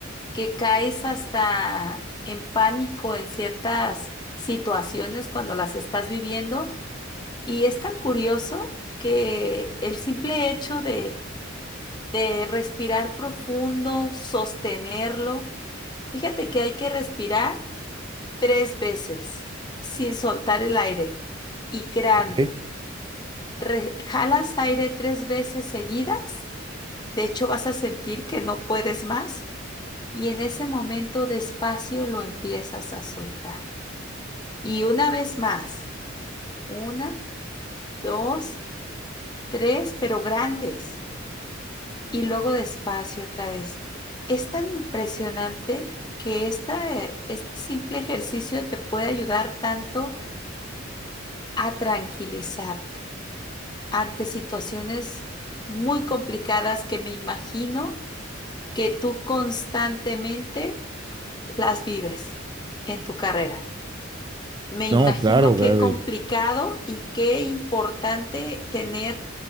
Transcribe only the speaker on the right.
¿ok?
No, claro,
Gaby.